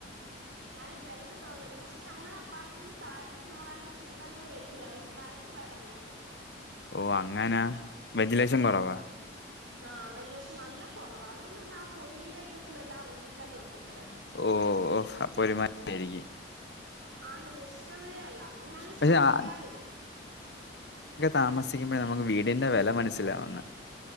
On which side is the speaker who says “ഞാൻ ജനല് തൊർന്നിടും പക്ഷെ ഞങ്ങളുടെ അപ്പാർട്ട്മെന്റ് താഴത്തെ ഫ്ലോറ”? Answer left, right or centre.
Right